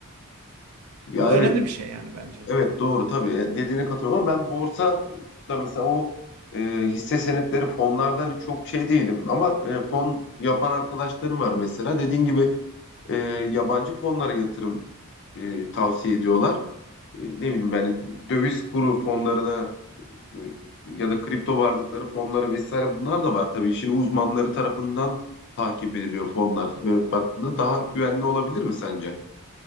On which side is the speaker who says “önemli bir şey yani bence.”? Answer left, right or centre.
Right